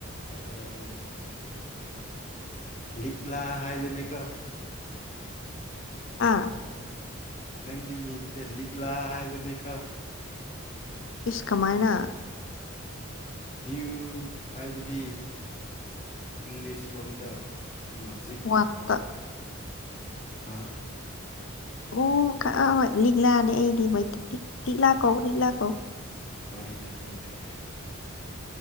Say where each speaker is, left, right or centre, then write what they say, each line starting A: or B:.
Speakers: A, on the left (about 35°); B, on the left (about 60°).
A: Hello ꯂꯤꯛꯂꯥ ꯍꯥꯏꯕꯅꯦꯀꯣ
B: ꯑꯥ
A: ꯅꯪꯒꯤ ꯃꯤꯡꯖꯦ ꯂꯤꯛꯂꯥ ꯍꯥꯏꯕꯅꯦꯀꯣ
B: ꯏꯁ ꯀꯃꯥꯏꯅ
A: ꯗꯤꯌꯨ ꯍꯥꯏꯕꯗꯤ ꯏꯪꯂꯤꯁ ꯔꯣꯝꯗ ꯀꯩꯅꯣ ꯖꯤꯛꯇ
B: ꯋꯥꯠꯇ
A: ꯑ ꯍꯥꯥ
B: ꯑꯣ ꯈ ꯑꯥ ꯂꯤꯛꯂꯥꯅꯦ ꯑꯩꯗꯤ ꯃꯩꯇꯩ ꯂꯤꯛꯂꯥ ꯀꯧ ꯂꯤꯛꯂꯥ ꯀꯧ
A: ꯍꯣꯏꯅꯦ ꯍꯣꯏꯅꯦ